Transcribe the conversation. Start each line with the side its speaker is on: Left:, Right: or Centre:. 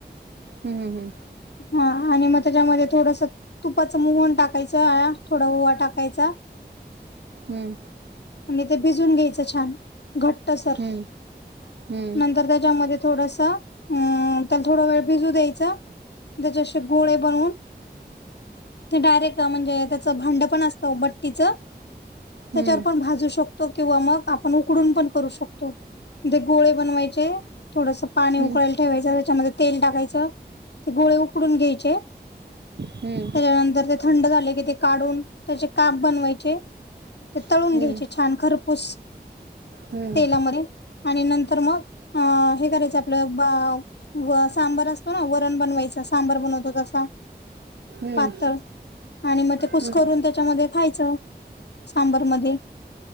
Right: हम् हम.
Left: हां आणि म त्याच्या मध्ये थोडंस तुपाचं मोहून टाकायचा या थोडा ओवा टाकायचा.
Right: हम्म.
Left: आणि ते भिजून घ्यायचं छान घट -ट्सर
Right: हम्म हम्म
Left: नंतर त्याच्या मध्ये थोडंस ऊं त्याला थोडा वेळ भिजू द्यायचं. त्याच्या असे गोळे बनवून. ते डायरेक्ट अं म्हणजे त्याचं भांड पण असतं बट्टीचं
Right: हम्म
Left: त्याच्यावर पण भाजू शक तो किंवा मग आपण उकडून पण करू शकतो तेे गोळे बनवायचे. थोडंस पाणी
Right: हम्म
Left: उकळायला ठेवायचं त्याच्यामध्ये तेल टाकायचं. ते गोळे उकडून घ्यायचे
Right: हम्म
Left: त्याच्यानंतर ते थंड झाले कि ते काढून त्याचे काप बनवायचे ते तळून
Right: हम्म
Left: घ्यायचे छान खरपूस
Right: हम्म हम्म
Left: तेलामध्ये आणि नंतर म अ हे करायचं आपलं बा व सांबर असतो ना व -रण बनवायचा सांबर बनवतो तसा
Right: हम्म
Left: पातळ आणि म कुस्करून
Right: हम्म
Left: त्याच्या मध्ये खायचं सांबरमध्ये.